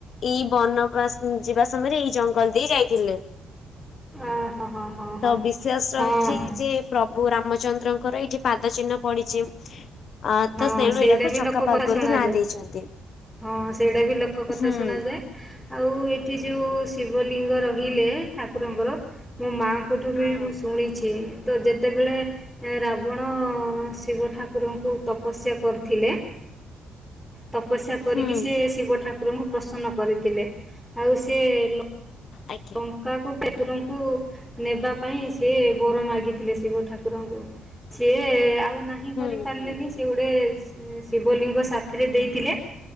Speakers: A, on the left (about 60°); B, in the centre.
A: ଏଇ ବନବାସ ଯିବା ସମୟରେ ଏଇ ଜଙ୍ଗଲ ଦେଇ ଯାଇଥିଲେ।
B: ଆ ହଁ ହଁ ହଁ ହଁ
A: ତ ବିଶ୍ଵାସ
B: ହଁ
A: ରହିଛି କି ଯେ ପ୍ରଭୁ ରାମଚନ୍ଦ୍ରଙ୍କର ଏଇଠି ପାଦ ଚିହ୍ନ ପଡିଚି। ଆ
B: ହଁ
A: ତ ସେଉଣୁ
B: ସେଇଟା
A: ଏଇଟାକୁ
B: ବି
A: ଛକାପାଦ୍
B: ଲୋକ କଥା ଶୁଣାଯାଏ।
A: ବୋଲି ନାଁ ଦେଇଛନ୍ତି।
B: ହଁ ସେଇଟା ବି ଲୋକ କଥା
A: ହୁଁ
B: ଶୁଣାଯାଏ। ଆଉ ଏଇଠି ଯୋଉ ଶିବଲିଙ୍ଗ ରହିଲେ ଠାକୁରଙ୍କର ମୋ ମାଆ ଙ୍କଠୁ
A: ହଁ
B: ବି ମୁଁ ଶୁଣିଛି। ତ ଯେତେବେଳେ ରାବଣ ଶିବ ଠାକୁରଙ୍କୁ ତପ ପସ୍ୟା କରିଥିଲେ ତପସ୍ୟା କରିକି
A: ହୁଁ
B: ସିଏ ଶିବ ଠାକୁରଙ୍କୁ ପ୍ରସନ୍ନ କରିଥିଲେ ଆଉ ସେ ଲୋ
A: ଆଜ୍ଞା
B: ଙ୍କ କାକୁ ଠାକୁରଙ୍କୁ ନେବା ପାଇଁ ସିଏ ବର ମାଗିଥିଲେ ଶିବ ଠାକୁରଙ୍କୁ। ଛିଏ ଆଉ ନାହିଁ
A: ହୁଁ
B: କରିପାରିଲେନି
A: ହୁଁ
B: ସେ ଗୋଟେ ଶି ଶିବଲିଙ୍ଗ ସାଥିରେ ଦେଇଥିଲେ